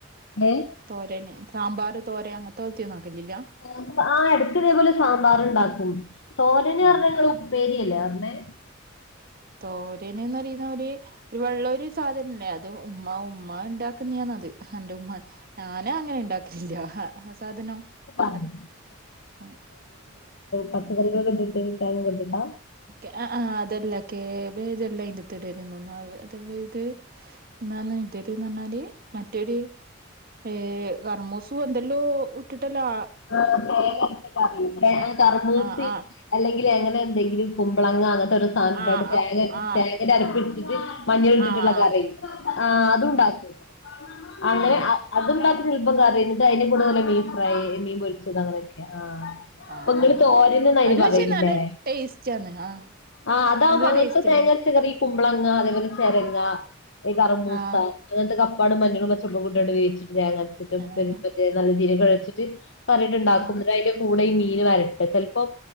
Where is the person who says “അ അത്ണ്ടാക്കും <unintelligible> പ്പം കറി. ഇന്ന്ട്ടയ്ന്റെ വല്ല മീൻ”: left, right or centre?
Left